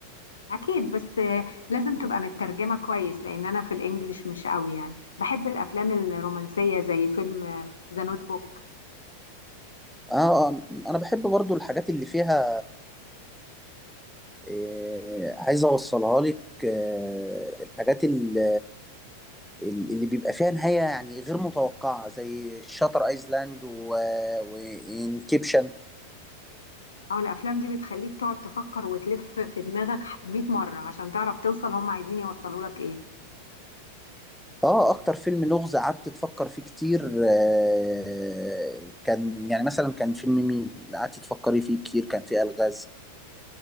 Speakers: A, on the left; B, in the centre.
A: اكيد بس آه، لازم تبقى مترجمة كويس لان انا في الانجليش مش قوي يعني بحب الافلام الرومانسية زي فيلم ذا نوت بوك
B: اه آه، انا بحب برضو الحاجات اللي فيها إيه عايز اوصلها لك آه، الحاجات ال- ال- اللي بيبقى فيها نهايه يعني غير متوقعه زي شاتر ايلاند وانكيبشن
A: اه الافلام دي بتخليك تقعد تفكر وتلف في دماغك 100 مرة عشان تعرف توصل هم عايزين يوصلوا لك ايه
B: اه اكتر فيلم لغز قعدت تفكر فيه كتير آه كان يعني مثلا كان فيلم مين اللي قعدت تفكري فيه كتير كان فيه الغاز